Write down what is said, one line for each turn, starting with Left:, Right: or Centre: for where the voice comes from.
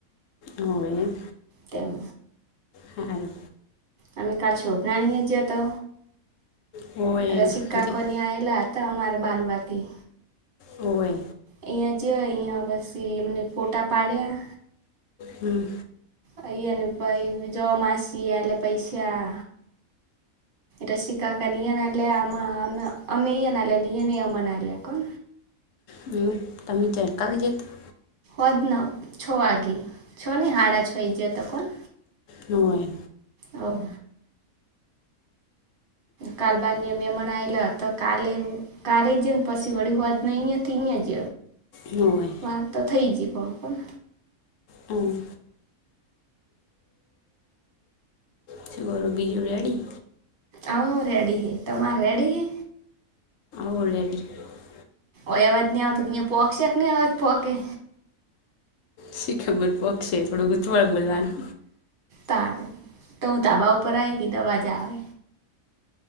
Left: હોવે
Right: તેમ
Left: હારુ.
Right: અમે કાલ છોભનાની જયા તો
Left: હોવે
Right: અ સિક્કાકોની
Left: જે
Right: આવેલા હતા અમારા બાલવાથી
Left: હોવે.
Right: અહીંયા જયો અહિયાં પછી એમને ફોટા પાડ્યા
Left: હમ્મ.
Right: અઈ અને પઈ જો માસી આલે પૈસા. રસીકાકાન ઈઅન આલ્યા અમ અમે ઈઅન આપ્યા ઈઅને અમન આલ્યા.
Left: હમ્મ તમે ચયાં કાલ ગયા તા?
Right: પદન છ વાગે, છ નહી હાડા છ ગયા તા કોણ.
Left: નો હોય.
Right: ઓહ કાલ, બાર્ય મેમન આયલા તો કાલે-કાલે જ ને પછી વળી હોજ નહી, હતી ને જ
Left: ન હોય
Right: વાત તો થઈ ગયુ, પણ કોણ
Left: હમ્મ શું કરો બીજું રેડી
Right: હોવ રેડી. તમાર રેડી હે
Left: <unintelligible>
Right: ઓય અવાજ નહી, આવતો ન્યાં પોકશે નહી. અવાજ પોકે.
Left: શી ખબર પોગશે થોડું ગૂંથવાળ બોલવાનું
Right: તારે તો હુ, ધાબા ઉપર આવી કે દવાજ આવે.